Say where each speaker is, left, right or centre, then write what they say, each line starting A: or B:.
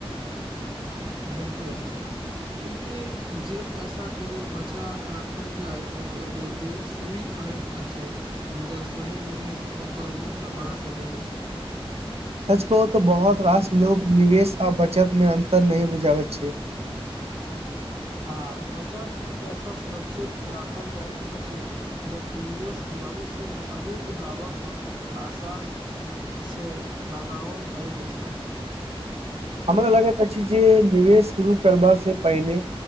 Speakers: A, on the right; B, on the right.
A: बिलकुल, कियाकि जे पैसा केवल बचाके राखल जाय ओकर वृद्धि सीमित रहैत अछि, मुदा सही निवेश ओकर मूल्य बढ़ा सकैत अछि।
B: स्कोप त बहुत रास लोक निवेश आ बचत मे अन्तर नहि बुझायत छै।
A: हां बचतमे पैसा सुरक्षित राखल जाइत अछि जबकि निवेशमे भविष्यमे अधिक लाभक आशा से लगाओल जाइत अछि।
B: हमरा लागैत अछि जे निवेश शुरू करबास से पहिने